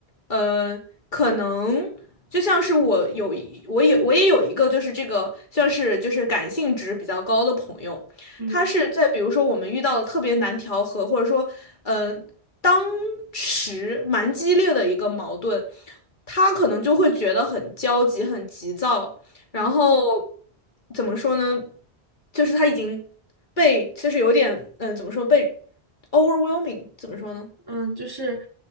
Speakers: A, on the left (about 45°); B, on the right (about 20°).
A: 呃，可能就像是我有一我有我也有一个就是这个像是就是感性值比较高的朋友，
B: 嗯
A: 他是在比如说我们遇到了特别难调和，或者说呃当时蛮激烈的一个矛盾，他可能就会觉得很焦急、很急躁，然后
B: 嗯
A: 怎么说呢？就是他已经被就是有点嗯、呃怎么说被 overwhelming 怎么说呢？
B: 嗯，就是